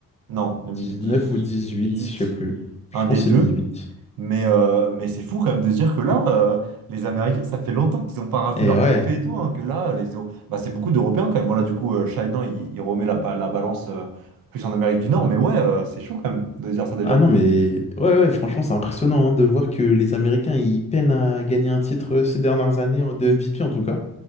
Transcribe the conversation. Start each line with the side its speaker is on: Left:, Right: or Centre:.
Right: Non, deux mille
Left: dix-neuf
Right: dix-huit.
Left: ou 18, je sais plus. Je
Right: Un
Left: pense
Right: des deux.
Left: que c'est huit
Right: Mais, euh, mais c'est fou quand même de se dire que là, euh, les Américains, ça fait longtemps qu'ils n'ont pas raflé
Left: Et
Right: leur
Left: ouais.
Right: trophée et tout, hein, que là, les... Euro- bah, c'est beaucoup d'Européens quand même. Voilà, du coup, euh, Shainan, il, il remet la, pa- la balance euh, plus en Amérique du Nord, mais ouais, euh, c'est chaud quand même de se dire ça déjà.
Left: Ah non, mais ouais, ouais, franchement, c'est impressionnant hein, de voir que les Américains, ils peinent à gagner un titre euh, ces dernières années euh, de MVP en tout cas.